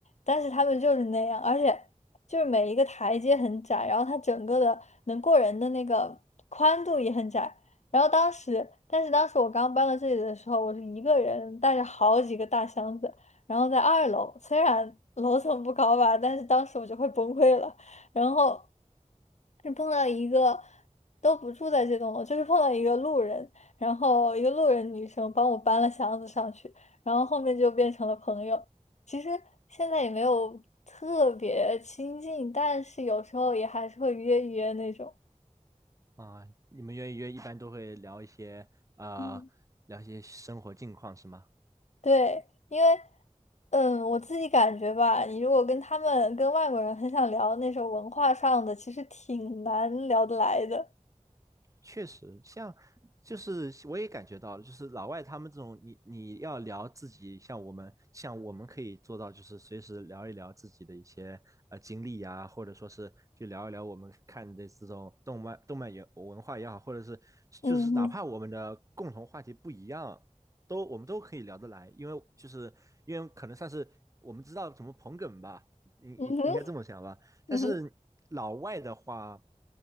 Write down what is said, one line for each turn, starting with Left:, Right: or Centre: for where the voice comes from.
Left: 但是他们就是那样，而且就是每一个台阶很窄，然后它整个的能过人的那个宽度也很窄。然后当时，但是当时我刚搬到这里的时候，我是一个人带着好几个大箱子，然后在二楼，虽然 <laughs> 楼层不高吧，但是当时我就快崩溃了。然后是碰到一个都不住在这栋楼，就是碰到一个路人，然后一个路人女生帮我搬了箱子上去，然后后面就变成了朋友。其实现在也没有特别亲近，但是有时候也还是会约一约那种。
Right: 啊、呃你们约一约一般都会聊一些呃聊一些生活近况是吗？
Left: 嗯对，因为，嗯，我自己感觉吧，你如果跟他们跟外国人很想聊那种文化上的，其实挺难聊得来的。
Right: 确实，像就是我也感觉到了，就是老外他们这种，你你要聊自己，像我们像我们可以做到，就是随时聊一聊自己的一些呃经历呀、或者说是去聊一聊我们看的这种动漫动漫也文化也好，或者是就是哪怕我们的共同话题不一样，
Left: 嗯哼，
Right: 都我们都可以聊得来，因为就是因为可能算是我们知道怎么捧哏吧，应应应该这么想吧。
Left: 嗯哼，
Right: 但是老外的话，
Left: 嗯哼，